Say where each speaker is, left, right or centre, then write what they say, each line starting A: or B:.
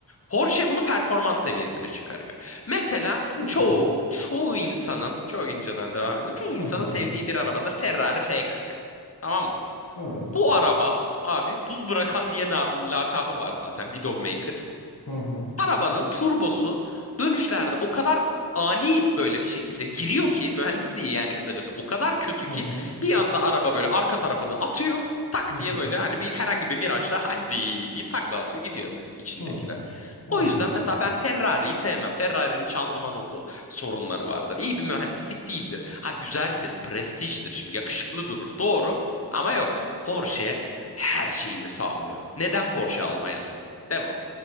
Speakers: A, on the left; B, on the left.
A: Porsche bunu performans seviyesine çıkarıyor. Mesela
B: Peki.
A: çoğu, çoğu insanın, çok inceden devam edelim. Çoğu insanın
B: Hı hı.
A: sevdiği bir arabadır Ferrari F40. Tamam mı?
B: Evet.
A: Bu araba abi dul bırakan diye na- lakabı var zaten Widowmaker.
B: Hı hı.
A: Arabanın turbosu dönüşlerde o kadar ani böyle bir şekilde giriyor ki mühendisliği yani kısacası o kadar kötü
B: Hı
A: ki
B: hı.
A: bir anda araba böyle arka tarafını atıyor tak
B: Hı
A: diye
B: hı.
A: böyle hani bir herhangi bir virajda haydi deyip takla atıyor gidiyor içindekiler.
B: Hı. Anlıyorum.
A: O yüzden mesela ben Ferrari'yi sevmem. Ferrari'nin şanzıman o- o sorunları vardır. İyi bir mühendislik değildir. Ha güzeldir, prestijdir şimdi yakışıklı durur. Doğru ama yok. Porsche her şeyini sağlıyor. Neden Porsche almayasın? Devam.